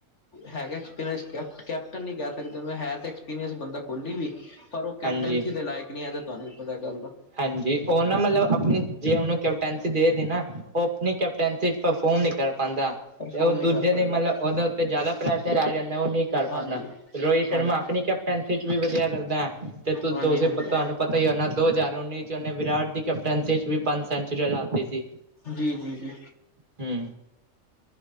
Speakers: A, on the left; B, on the right.
A: ਹੈਗਾ ਐਕਸਪੀਰੀਐਂਸ ਕੈਪਟਨ ਨੀ ਕਹਿ ਸਕਦੇ ਮ ਹੈ ਤਾਂ ਐਕਸਪੀਰੀਅੰਸ ਬੰਦਾ ਕੋਹਲੀ ਵੀ ਪਰ ਉਹ ਕੈਪਟਨਸੀ
B: ਹਾਂਜੀ
A: ਦੇ ਲਾਇਕ ਨਹੀਂ ਇਹ ਤਾਂ ਤੁਹਾਨੂੰ ਪਤਾ ਗੱਲ ਦਾ।
B: ਹਾਂਜੀ ਉਹ ਨਾ ਮਤਲਬ ਆਪਣੀ ਜੇ ਉਹਨੂੰ ਕੈਪਟਨਸੀ ਦੇ ਸੀ ਨਾ ਉਹ ਕੈਪਟੈਂਸੀ ਚ ਪਰਫੋਰਮ ਨ ਕਰ ਪਾਉਂਦਾ,
A: ਪਰਫੋਰਮ
B: ਤੇ ਉਹ ਦੂਜੇ
A: ਨਹੀਂ ਕਰ ਪਾਏਗਾ।
B: ਦੀ ਮਤਲਬ ਉਹਦੋਂ ਤੇ ਜ਼ਿਆਦਾ ਪ੍ਰੈਸ਼ਰ ਆ ਜਾਂਦਾ ਉਹ ਨਹੀਂ ਕਰ
A: ਹਾਂਜੀ,
B: ਪਾਉਂਦਾ। ਰੋਹਿਤ ਸ਼ਰਮਾ
A: ਹਾਂਜੀ,
B: ਆਪਣੀ ਕੈਪਟੈਂਸੀ ਚ ਵੀ ਵਧੀਆ ਕਰਦਾ। ਤੇ
A: ਹਾਂਜੀ,
B: ਤੁਸੀਂ
A: ਹਾਂਜੀ,
B: ਤੁਹਾਨੂੰ ਪਤਾ ਹੀ ਉਹਨਾ ਦੋ ਹਜ਼ਾਰ ਉੱਨੀ ਚ ਉਹਨੇ ਵਿਰਾਟ ਦੀ ਕੈਪ ਕੇਪਟੈਂਸੀ ਵੀ ਪੰਜ ਸੈਂਚਰੀ ਲਾਤੀ ਸੀ।
A: ਜੀ ਜੀ ਜੀ।
B: ਹੂੰ